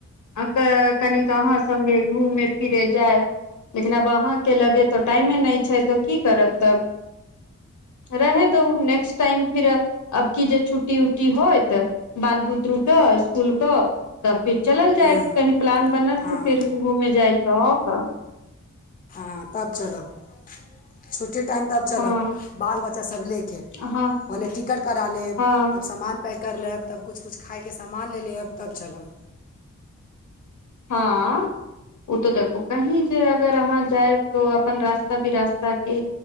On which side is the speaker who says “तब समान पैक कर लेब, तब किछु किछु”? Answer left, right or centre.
Left